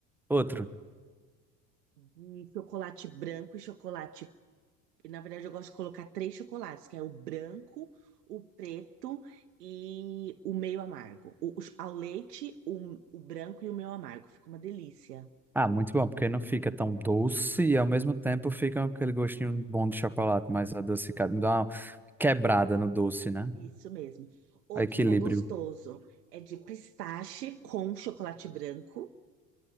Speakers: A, in the centre; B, on the right (about 70°).
A: Outro.
B: De chocolate branco e chocolate. e, Na verdade, eu gosto de colocar três chocolates, que é o branco, o preto e o meio amargo. O, o- ao leite, o, o branco e o meio amargo. Fica uma delícia.
A: Ah, muito bom, porque não fica tão doce e ao mesmo tempo fica aquele gostinho bom de chocolate, mais adocicado. Me dá uma quebrada no doce, né?
B: Isso mesmo. Outro
A: Equilíbrio.
B: que é gostoso é de pistache com chocolate branco.